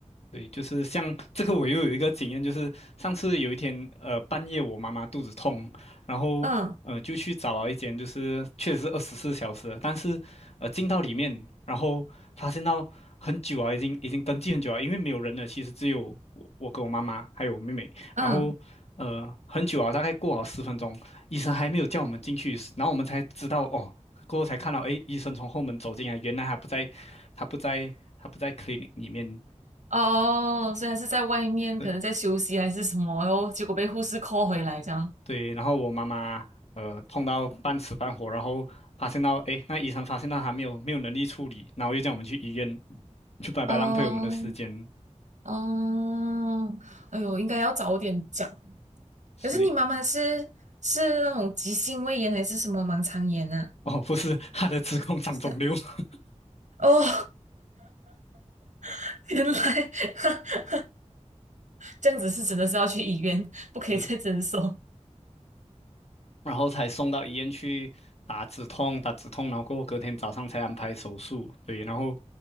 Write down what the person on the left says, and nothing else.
对，就是像这个，我又有一个经验，就是上次有一天，呃，半夜我妈妈肚子痛，然后呃就去找了一间，
就是确实是二十四小时的但是呃进到里面，然后发现到很久啊，已经已经登记很久了，因为没有人了，其实只有我我跟我妈妈还有我妹妹，
然后呃很久啊，大概过了十分钟，医生还没有叫我们进去，然后我们才知道哦，过后才看到，诶，医生从后门走进来，原来他不在，他不在，他不在 clinic 里面。
对。
对，然后我妈妈呃痛到半死半活，然后发现到，诶，那医生发现到她没有没有能力处理，然后又叫我们去医院，就白白浪费我们的时间。
是，
哦，不是，她的子宫长肿瘤，
<laughs>
是，然后才送到医院去打止痛，打止痛，然后过后隔天早上才安排手术。对，然后